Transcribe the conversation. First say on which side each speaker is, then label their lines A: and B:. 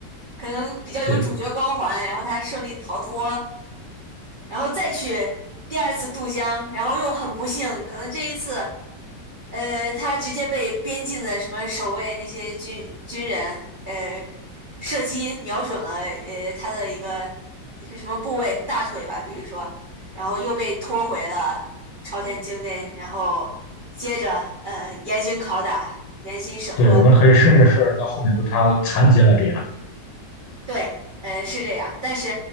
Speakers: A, on the right; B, on the left.
A: 可能比较有主角光环，
B: 对
A: 然后他顺利逃脱，然后再去第二次渡江，然后又很不幸，可能这一次。呃，他直接被边境的什么守卫那些军军人，呃，射击瞄准了呃他的一个什么部位，大腿吧，比如说，然后又被拖回了朝鲜境内，然后接着呃严刑拷打、严刑审问，
B: 对，我们可以甚至是到后面都他残疾了这样。
A: 对，呃是这样，但是